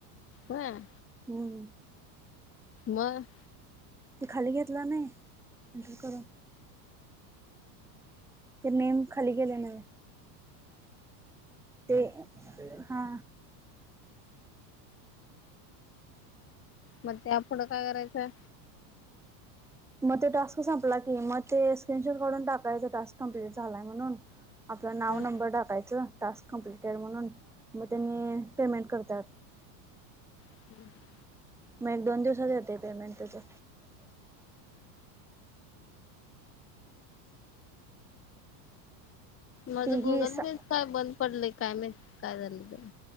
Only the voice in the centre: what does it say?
हम्म.
ते खाली घेतला नाही एंटर करून. ते नेम खाली गेलेलं हाय. ते हा.
मग ते टास्क संपला की मग ते स्क्रीनशॉट काढून टाकायचा टास्क कम्प्लीट झालाय म्हणून. आपलं नाव
नंबर टाकायच टास्क कमप्लिटेड म्हणून मग त्यांनी पेमेंट करत्यात.
मग एक दोन दिवसात येतय पेमेंट त्याचं.
ती
ही सा